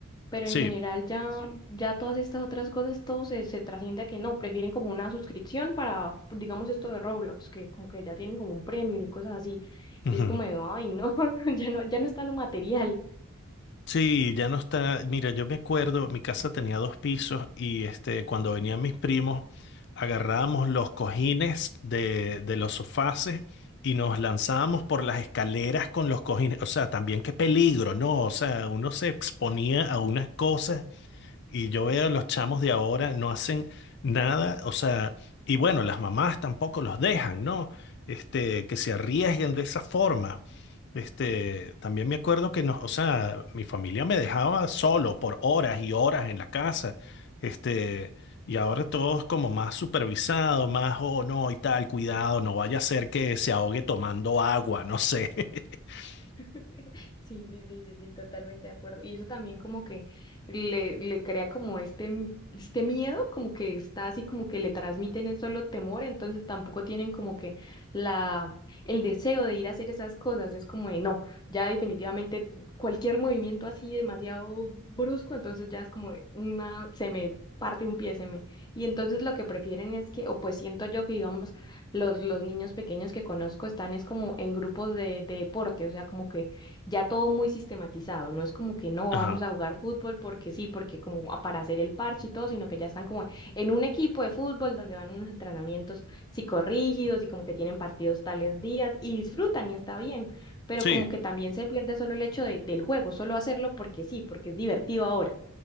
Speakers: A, on the left (about 20°); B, on the left (about 50°).
A: pero
B: Sí.
A: en general ya, ya todas estas otras cosas, todo se, se trasciende a que no, prefieren como una suscripción para, digamos, esto de Roblox, que como que ya tienen como un premium y cosas así.
B: Ujú.
A: Y es como, de, ay, no, <laughs> ya no, ya no está lo material.
B: Sí, ya no está. Mira, yo me acuerdo, mi casa tenía dos pisos y este, cuando venían mis primos, agarrábamos los cojines de, de los sofás y nos lanzábamos por las escaleras con los cojines. O sea, también qué peligro, ¿no? O sea, uno se exponía a unas cosas y yo veo a los chamos de ahora no hacen nada. O sea, y bueno, las mamás tampoco los dejan, ¿no? Este, que se arriesguen de esa forma. Este, también me acuerdo que nos, o sea, mi familia me dejaba solo por horas y horas en la casa. Este, y ahora todo es como más supervisado, más, oh, no, y tal, cuidado, no vaya a ser que se ahogue tomando agua, no sé. <laughs>
A: <laughs> Sí, sí, sí, sí, sí, totalmente de acuerdo. Y eso también como que le, le crea como este, m- este miedo, como que está así, como que le transmiten es solo temor, entonces tampoco tienen como que la, el deseo de ir a hacer esas cosas. Es como de no, ya definitivamente cualquier movimiento así demasiado brusco, entonces ya es como de una, se me parte un pie, se me. Y entonces lo que prefieren es que, o pues siento yo que digamos, los, los niños pequeños que conozco están es como en grupos de, de deporte, o sea, como que ya todo muy sistematizado, no es como que no
B: Ajá.
A: vamos a jugar fútbol porque sí, porque como a- para hacer el parche y todo, sino que ya están como en un equipo de fútbol donde van unos entrenamientos psicorrígidos y como que tienen partidos tales días y disfrutan y está bien, pero
B: Sí,
A: como que también se pierde solo el hecho de- del juego, solo hacerlo porque sí, porque es divertido ahora.